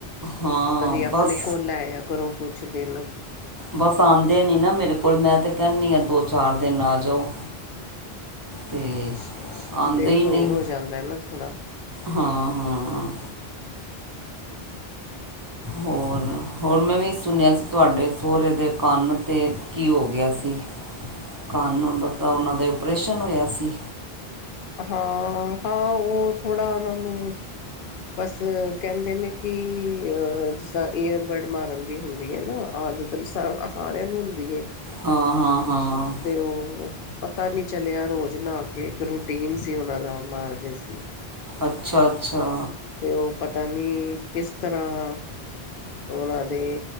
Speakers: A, on the right (about 20°); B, on the left (about 60°).
A: ਹਾਂ
B: ਕਦੀ ਆਪਣੇ
A: ਬਸ
B: ਕੋਲ ਲੈਆ, ਕਰੋ ਕੁਛ ਦਿਨ
A: ਬਸ ਆਦੇ ਨੀ ਨਾ ਮੇਰੇ ਕੋਲ ਮੈਂ ਤੇ ਕਹਿੰਦੀ ਹਾਂ ਦੋ ਚਾਰ ਦਿਨ ਆ ਜਾਓ।
B: <inaudible>
A: ਤੇ
B: ਅੱਛਾ,
A: ਆਉਂਦੇ
B: ਦਿਨ
A: ਹੀ
B: ਹੋਰ
A: ਨਹੀਂ
B: ਹੋ ਜਾਂਦਾ ਨਾ ਥੋੜ੍ਹਾ
A: ਹਾਂ ਹਾਂ ਹੋਰ, ਹੋਰ ਮੈਂ ਵੀ ਸੁਣਿਆ ਸੀ ਤੁਹਾਡੇ ਸਹੁਰੇ ਦੇ ਕੰਨ 'ਤੇ ਕੀ ਹੋ ਗਿਆ ਸੀ। ਕੰਨ ਉਹਦਾ, ਉਹਨਾਂ ਦੇ ਓਪਰੇਸ਼ਨ ਹੋਇਆ ਸੀ।
B: ਹਾਂ-ਹਾਂ, ਉਹ ਥੋੜ੍ਹਾ ਉਹਨਾਂ ਨੂੰ ਬਸ ਕਹਿੰਦੇ ਨੇ, ਕਿ ਅ ਜਿਸ ਤਾਂ ਈਅਰਬਡ ਮਾਰਨ ਦੀ ਹੁੰਦੀ ਐ ਨਾ ਆਦਤ ਹੁਣ, ਸਾਰਿਆਂ ਨੂੰ ਹੁੰਦੀ ਐ।
A: ਹਾਂ, ਹਾਂ, ਹਾਂ।
B: ਤੇ, ਉਹ ਪਤਾ ਨੀ ਚਲਿਆ ਰੋਜ਼ ਨਹਾ ਕੇ ਇੱਕ ਰੂਟੀਨ ਸੀ ਉਹਨਾਂ ਦਾ ਮਾਰਦੇ ਸੀ।
A: ਅੱਛਾ-ਅੱਛਾ,
B: ਤੇ ਉਹ ਪਤਾ ਨੀ, ਕਿਸ ਤਰ੍ਹਾਂ ਉਹਨਾਂ ਦੇ